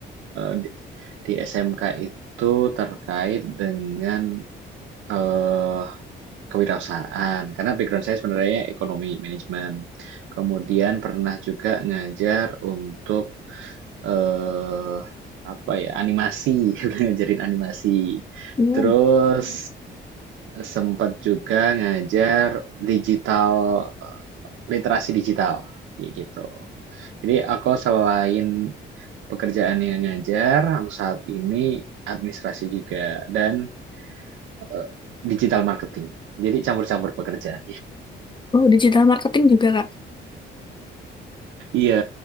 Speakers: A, on the right (about 80°); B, on the left (about 25°).
A: eee, di di SMK itu terkait dengan, eee, kewirausahaan. Karena background saya sebenarnya ekonomi, manajemen. Kemudian pernah juga ngajar untuk, eee, apa ya, animasi, <laughs> ngajarin animasi. Mmm.
B: Hmm.
A: Terus sempat juga ngajar digital, eh, literasi digital, kayak gitu. Jadi aku selain pekerjaan yang ngajar, aku saat ini administrasi juga dan eh, digital marketing. Jadi campur-campur pekerjaan.
B: Oh, digital marketing juga, Kak.
A: Iya,